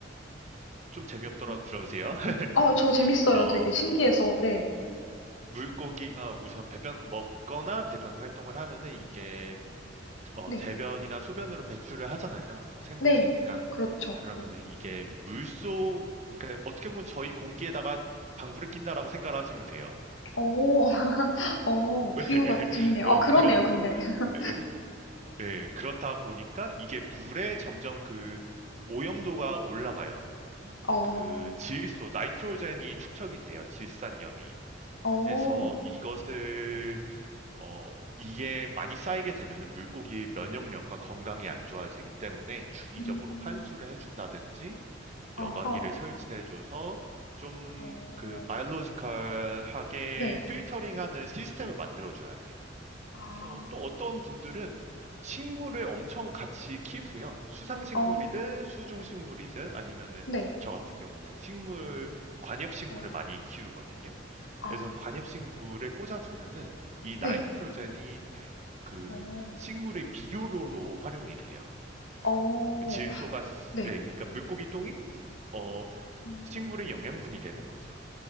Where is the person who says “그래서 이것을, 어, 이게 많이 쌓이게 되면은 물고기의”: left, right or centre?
Right